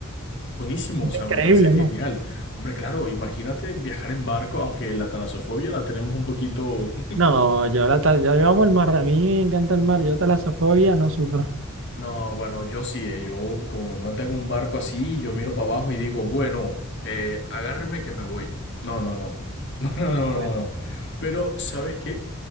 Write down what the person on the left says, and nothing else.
Buenísimo,
o sea,
me parece genial.
Hombre, claro, imagínate viajar en barco, aunque la talasofobia la tenemos un poquito... <laughs>
No, bueno, yo sí, eh, yo como me monta en un barco así, yo miro para abajo y digo, bueno, eh, agárreme que me voy. No, no, no. <laughs> No, no, no, no,
no. Pero, ¿sabes qué?